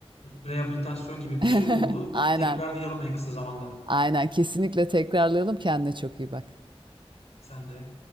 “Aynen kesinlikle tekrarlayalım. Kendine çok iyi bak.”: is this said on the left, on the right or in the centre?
Right